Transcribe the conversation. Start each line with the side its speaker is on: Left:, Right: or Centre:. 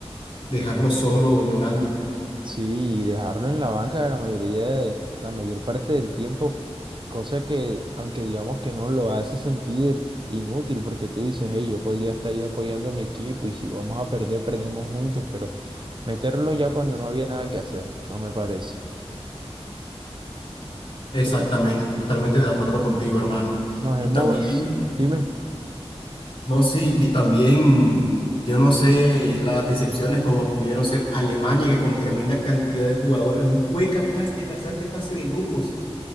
Left: dejarlo solo llorando.
Right: Sí, y dejarlo en la banca la mayoría de, la mayor parte del tiempo, cosa que, aunque digamos que no lo hace sentir inútil, porque tú dices, hey, yo podría estar ahí apoyando a mi equipo y si vamos a perder, perdemos juntos, pero meterlo ya cuando no había nada que hacer, no me parece.
Left: Exactamente,
Right: sí
Left: totalmente de acuerdo contigo, hermano.
Right: nos
Left: Y
Right: hemos,
Left: también
Right: dime,
Left: No, sí, y también, yo no sé, las decepciones como pudieron ser Alemania, que con tremenda cantidad de jugadores no fue capaz de pasar de fase de grupos.